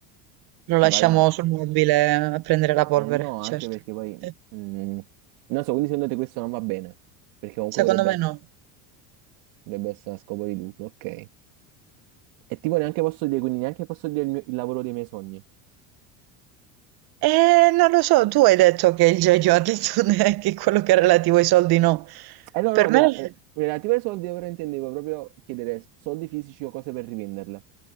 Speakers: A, on the right; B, on the right.
A: Lo
B: ci
A: lasciamo
B: guadagni.
A: sul mobile a prendere la polvere,
B: Eh no, anche
A: certo.
B: perché poi...
A: <laughs>
B: mm, non so, quindi secondo te questo non va bene, perché comunque
A: Secondo
B: potrebbe,
A: me no.
B: dovrebbe essere a scopo di lucro, ok. E tipo neanche posso dire, quindi neanche posso dire il mio- il lavoro dei miei sogni.
A: Eh, non lo so, tu hai detto che il genio ha detto <laughs> che quello che è relativo ai soldi no.
B: Eh no,
A: Per
B: no, rela-
A: me...
B: eh, relative ai soldi io però intendevo proprio chiedere soldi fisici o cose per rivenderle.